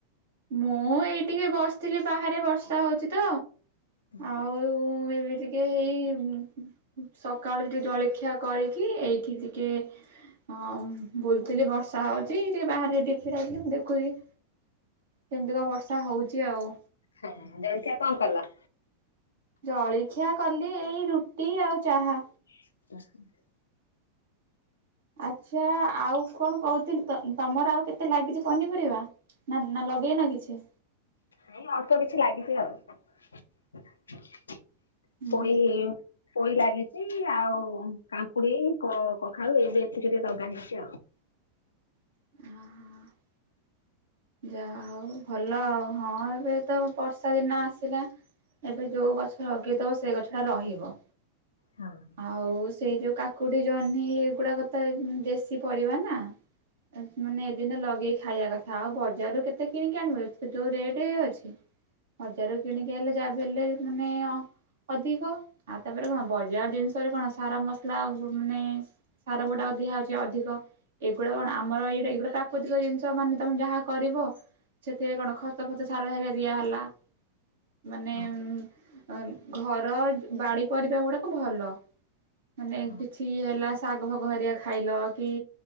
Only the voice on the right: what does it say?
ମୁଁ ଏଇଠିକିେ ବସିଥିଲି ବାହାରେ ବର୍ଷା ହଉଛି ତ ଆଉ
ମୁଁ ଏବେ ଟିକେ ହେଇ ସକାଳୁ ଟିକେ ଜଳଖିଆ କରିକି ଏଇଠି ଟିକେ ହଁ ବୁଲୁଥିଲି ବର୍ଷା ହଉଚ ଟିକେ ବାହାରେ ଟିକ ଛିଡି ମୁଁ ଦେଖୁଛିି। କେମିତି କଣ ବର୍ଷା ହଉଛି ଆଉ।
ଜଳଖିଆ କଲିି ଏଇ ରୁଟି ଆଉ ଚାହା।
ଆଚ୍ଛା ଆଉ କଣ କହୁଥିଲି ତମର ଆଉ କେତେ ଲାଗିଛି ପନିପରିବା। ନା ନା ଲଗେଇ ନା କିଛି।
ହୁଁ
<unintelligible> ଯା ହଉ ଭଲ ଆଉ ହଁ ଏବେ ତ ବର୍ଷା ଦିନ ଆସିଲା। ଏବେ ଯୋଉ ଗଛ ଲଗେଇଦବ ସେ ଗଛ ଟା ରହିବ।
ଆଉ ସେଇ ଯୋଉ କାକୁଡି ଜହ୍ନି ଏଗୁଡାକତ ଦେଶୀ ପରିବା ନା ମାନେ ଏ ଦିନ ଲଗେଇ ଖାଇବା କଥା ଆଉ ବଜାର ରୁ କେତେ କିଣିକି ଆଣିବ ଏବେ ତ ଯୋଉ ରେଟ୍ ଇଏ ଅଛି। ବଜାରରୁ କିଣିକି ହେଲେ ଯାହାବି ହେଲେ ମାନେ ଅଧିକ। ଆଉ ତାପରେ କଣ ବ ଜିନିଷରେ କଣ ସାର ମସଲା ମାନେ ସାର ଗୁଡାକ ଦିଆ ହଉଚି ଅଧିକ। ଏଗୁଡା କଣ ଆମର ଏଇଟା ଏଇଗୁଡା ପ୍ରାକୃତିକ ଜିନିଷ ମାନେ ତମେ ଯାହା କରିବ ସେଥିରେ କଣ ଖତ ଫତ ସାର ହରିଆ ଦିଆ ହେଲା। ମାନେ
ଉମ ଏ ଘର ବାଡି ପରିବା ଗୁଡାକ ଭଲ। ମାନେ
କିଛି କି ହେଲା ଶାଗ ଫାଗ ହେରିଆ ଖାଇଲ କି